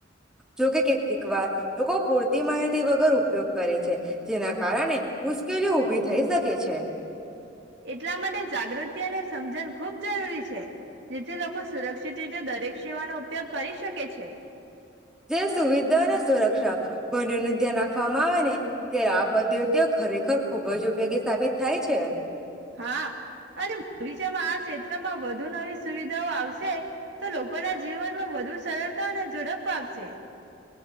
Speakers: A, in the centre; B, on the right.
A: જોકે કેટલીક વાર, લોકો પૂરતી માહિતી વગર ઉપયોગ કરે છે, જેના કારણે મુશ્કેલીઓ ઉભી થઈ શકે છે.
B: એટલા માટે જાગૃત્યને સમજણ ખૂબ જરૂરી છે. જેથી લોકો સુરક્ષિત રીતે, દરેક સેવાનો ઉપયોગ કરી શકે છે.
A: જે સુવિધા અને સુરક્ષા બંને ને ધ્યાન રાખવામાં આવે ને. ત્યારે આ પદ્ધતિઓ ખરેખર ખુબ જ ઉપયોગી સાબિત થાય છે.
B: હા, અને ભવિષ્યમાં આ <unintelligible> માં વધુ નવી સુવિધાઓ આવશે તો લોકોના જીવનમાં વધુ સરળતા અને ઝડપ આવશે.